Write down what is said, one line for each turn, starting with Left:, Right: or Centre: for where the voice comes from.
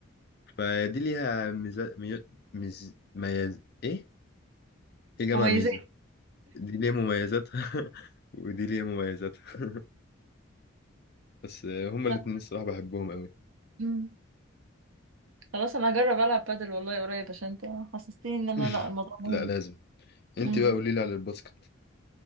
Left: فدي ليها ميزة مي... ميز... ميز... ايه ايه جامعة
Right: مميزات
Left: ميزة دي ليها مميزاتها <laughs> ودي ليها مميزاتها بس هما
Right: صح
Left: الاتنين الصراحة بحبهم قوي
Right: امم خلاص انا هجرب العب بادل والله قريب عشان انت حسستني ان انا
Left: <laughs>
Right: لا الموضوع مهم
Left: لا لازم انت
Right: امم
Left: بقى قولي لي على الباسكت